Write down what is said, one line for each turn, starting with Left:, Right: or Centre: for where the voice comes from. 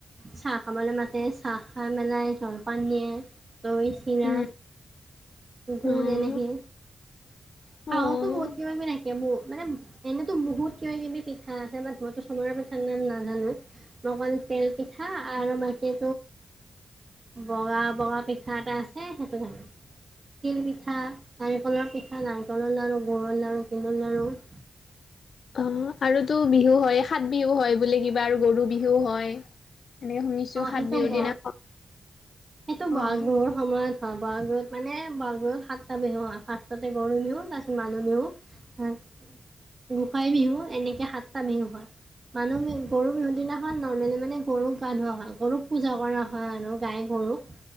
Right: চাহ খাবলৈ মাতে চাহ খাই মেলাই জলপান দিয়ে দৈ চিৰা
Left: অ'।
Right: কুকুৰ
Left: উম।
Right: এনেকে খাওঁতো
Left: অ',
Right: বহুত দিনৰ থাকে মোৰ মানে এনেতো বহুত কিবা কিবি পিঠা আছে বাট মইতো চমৰা পিঠাৰ নাম নাজানোঁ। মকন তেল পিঠা আৰু মাটি বগা বগা পিঠা কথা এটা আছে সেইটো জানোঁ তিল পিঠা নাৰিকলৰ পিঠা নাৰিকলৰ লাড়ু গুড়ৰ লাড়ু তিলৰ লাড়ু <inaudible>
Left: অঁ আৰুতো বিহু হয়, সাত বিহু হয় বুলি কিবা আৰু গৰু বিহু হয় এনেকে শুনিছো
Right: উওঅ
Left: সাত
Right: সেইটো
Left: বিহুৰ
Right: ব
Left: দিনা অ',
Right: সেইটো বহাগ
Left: অ',
Right: বিহুৰ সময়ত হয় বহাগ বিহত মানে বহাগ বিহত সাতটা বিহু হয়, ফাৰ্ষ্টতে গৰু বিহু তাৰপিছত মানুহ বিহু। হয়, গোসাই বিহু এনেকে সাতটা বিহু হয়। মানুহ বি গৰু বিহু দিনাখন নৰ্মেলি মানে গৰুক গা ধোৱা হয়। গৰুক পূজা কৰা হয় আৰু গাই গৰুক